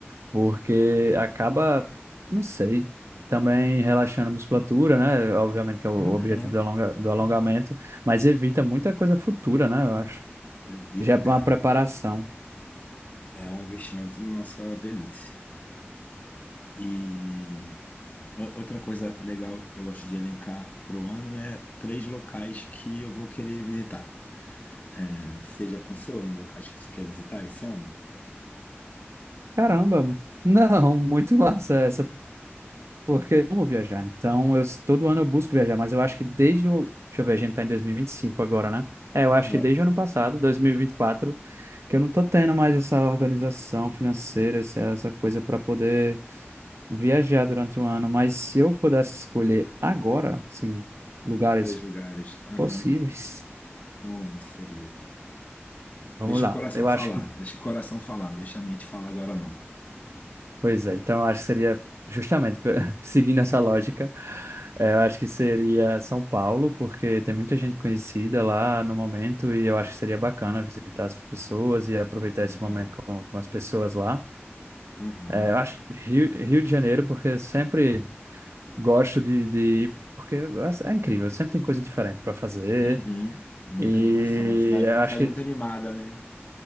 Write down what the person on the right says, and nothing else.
porque acaba, não sei, também relaxando a musculatura, né? Obviamente que é o
objetivo do, alonga, do alongamento, mas evita muita coisa futura, né? Eu acho.
Já é
uma preparação.
Caramba, <laughs> não, muito massa essa Porque eu amo viajar. Então, eu, todo ano eu busco viajar, mas eu acho que desde o. Deixa eu ver, a gente tá em 2025 agora, né? É, eu
acho que desde o ano passado, 2024, que eu não tô tendo mais essa organização financeira, essa, essa coisa para poder viajar durante o ano. Mas se eu pudesse escolher agora, assim, lugares
possíveis,
<laughs> vamos
lá.
Eu
acho que
Pois é, então eu acho que seria justamente pe- <laughs> seguindo essa lógica, eh, eu acho que seria São Paulo, porque tem muita gente conhecida lá no momento e eu acho que seria bacana visitar as pessoas e aproveitar
esse momento com, com as pessoas lá.
Eh, eu acho Rio, Rio de Janeiro, porque eu sempre gosto de, de ir, porque é é incrível, sempre tem coisa diferente para fazer
e
eu
acho
que